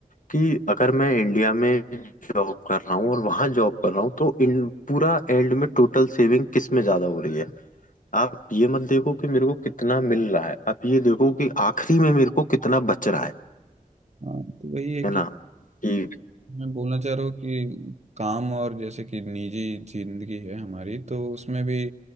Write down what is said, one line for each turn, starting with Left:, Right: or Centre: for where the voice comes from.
Left: कि अगर मैं इंडिया में जॉब कर रहा हूँ और वहां जॉब कर रहा हूँ तो इन पूरा एंड में टोटल सेविंग किस में ज्यादा हो रही है आप ये मत देखो कि मेरे को कितना मिल रहा है आप ये देखो कि आखिरी में मेरे को कितना बच रहा है
Right: हाँ, तो वही है
Left: है ना
Right: कि
Left: कि
Right: मैं बोलना चाह रहा हूँ कि काम और जैसे कि निजी जिंदगी है हमारी तो उसमें भी